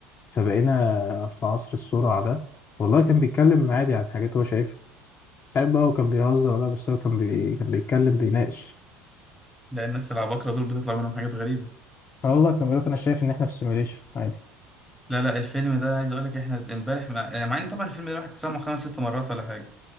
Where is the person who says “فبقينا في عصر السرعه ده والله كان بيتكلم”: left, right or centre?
Left